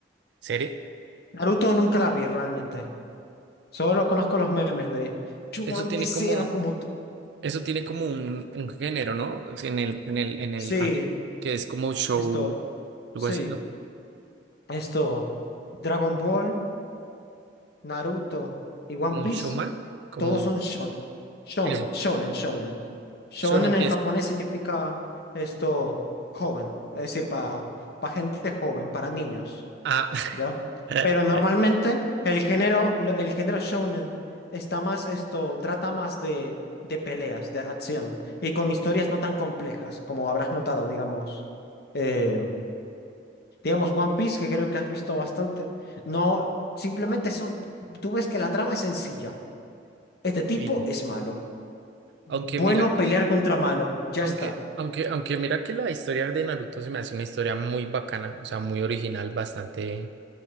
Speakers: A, on the right; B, on the left.
A: serie?
B: Naruto nunca la vi realmente. Solo conozco los memes de yo
A: Eso
B: antes
A: tiene como,
B: era como tú.
A: eso tiene como un, un género, ¿no? Es En el, en el, en el
B: Sí,
A: anime, que es como show,
B: esto,
A: algo
B: sí,
A: así, ¿no?
B: esto. Dragon Ball, Naruto y One
A: Como
B: Piece,
A: un showman, como
B: todos son shonen. Shonen,
A: eso,
B: shonen, shonen. Shonen
A: shonen que
B: en japonés
A: es,
B: significa esto, joven, es decir, para gente joven, para niños.
A: ah,
B: ¿ya?
A: <laughs>
B: Pero normalmente el género, lo- el género shounen está más esto, trata más de, de peleas, de acción, y con historias no tan complejas, como habrás notado, digamos. eh, digamos One Piece, que creo que has visto bastante. No, simplemente son, tú ves que la trama es sencilla. Este tipo
A: Y
B: es malo. Bueno,
A: Aunque mira que,
B: pelear contra malo, ya
A: aunque,
B: está.
A: aunque, aunque mira que la historia de Naruto se me hace una historia muy bacana, o sea, muy original, bastante